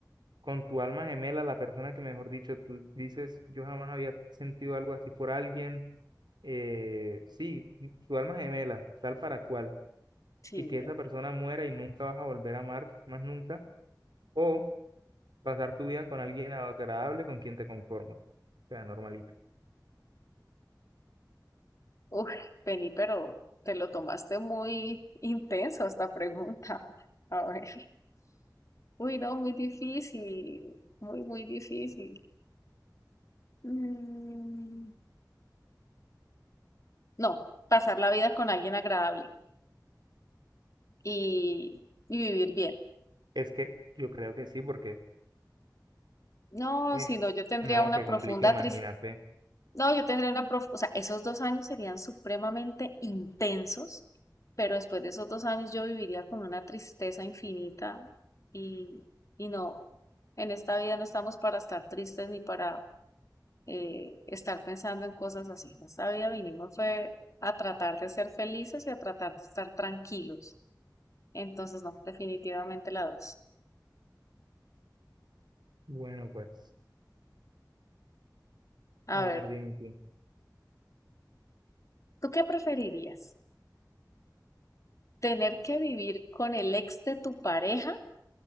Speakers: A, on the right; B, on the left.
A: con tu alma gemela, la persona que mejor dicho tú dices, yo jamás había sentido algo así por alguien? eh, sí, tu alma gemela, tal para cual,
B: Sí,
A: y que esa persona muera y nunca vas a volver a amar más nunca, o pasar tu vida con alguien agradable con quien te conformas, o sea, normalito.
B: Uy, Penny, pero te lo tomaste muy intenso esta pregunta. <laughs> A ver. Uy, no, muy difícil. Muy, muy difícil. Mm, no, pasar la vida con alguien agradable y, y vivir bien.
A: Es que yo creo que sí, porque,
B: No,
A: eh,
B: sino yo tendría
A: no,
B: una
A: que
B: profunda
A: complique, imagínate.
B: tristeza. No, yo tendría una prof, o sea, esos dos años serían supremamente intensos, pero después de esos dos años yo viviría con una tristeza infinita y, y no, en esta vida no estamos para estar tristes ni para eh, estar pensando en cosas así. En esta vida vinimos fue a tratar de ser felices y a tratar de estar tranquilos. Entonces, no, definitivamente la dos.
A: Bueno, pues.
B: A
A: A
B: ver,
A: ver, dime tú.
B: ¿tú qué preferirías? ¿Tener que vivir con el ex de tu pareja?